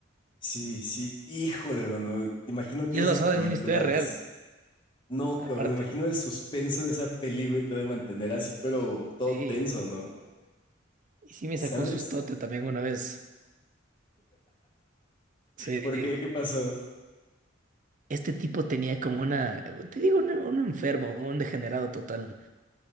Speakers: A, on the left (about 25°); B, on the right (about 40°).
A: Sí, sí. Híjole, hermano. Imagino que
B: Y
A: es
B: es basada
A: de esas películas.
B: en una historia real,
A: No,
B: aparte.
A: cabrón. me Imagino el suspenso de esa peli, güey, te debe mantener así, pero todo
B: Sí.
A: tenso, ¿no?
B: Y sí me
A: ¿Sabes?
B: sacó un sustote también una vez. Sí.
A: ¿Por qué? ¿Qué pasó?
B: Este tipo tenía como una, te digo, una- un, enfermo, un degenerado total.